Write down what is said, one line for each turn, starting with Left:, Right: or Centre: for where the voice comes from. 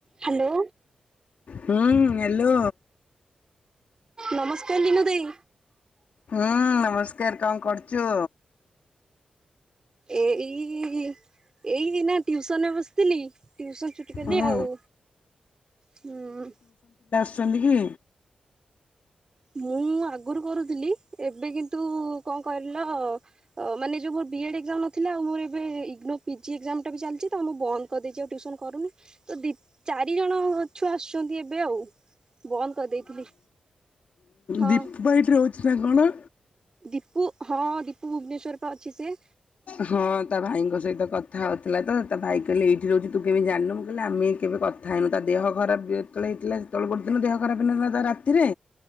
Right: Hello.
Left: ହୁଁ hello.
Right: ନମସ୍କାର ଲିନୁ ଦେଇ।
Left: ହୁଁ ନମସ୍କାର କଣ କରୁଚୁ?
Right: ଏଇ ଏଇନା ଟିଉସନରେ ବସିଥିଲି। ଟିଉସନ୍ ଛୁଟି କଲି
Left: ହୁଁ
Right: ଆଉ ହୁଁ।
Left: ଅଛନ୍ତି କି?
Right: ମୁଁ ଆଗରୁ କରୁଥିଲି ଏବେ କିନ୍ତୁ କଣ କହିଲ ମାନେ ଯୋଉ ମୋର ବି ଏଗଜାମ୍ ନଥିଲା ଆଉ ମୋର ଏବେ ଇଗନୋ ପିଜି ଏଗଜାମ୍ ଟା ବି ଚାଲିଚି ତ ମୁଁ ବନ୍ଦ କରିଦେଇଛି ଆଉ ଟିଅସନ କରୁନି ତ ଦେଖି ଚାରି ଜଣ ଛୁଆ ଆସୁଛନ୍ତି ଏବେ ଆଉ ବନ୍ଦ କରିଦେଇଥିଲି। ହଁ
Left: ଦୀପଭାଇ ଏଠି ରହୁଛି ନା କଣ?
Right: ଦୀପୁ ହଁ ଦୀପୁ ଭୁବନେଶ୍ୱରରେ ପା ଅଛି ସିଏ।
Left: ହଁ ତା ଭାଇଙ୍କ ସହିତ କଥା ହଉଥିଲା ତ ତା ଭାଇ କହିଲେ ଏଇ ଯୋଉଥି ତୁ କିଣି ଜାଣିନୁ କଇଲେ ଆମେ କେବେ କଥାଇନୁ ତା ଦେହ ଖରାପ ଯେ -ଯେତେଳେ ହେଇଥିଲା ସେତେବେଳେ ଦିନ ଦେହ ଖରାପ ହେଇଥିଲା। ରାତିରେ।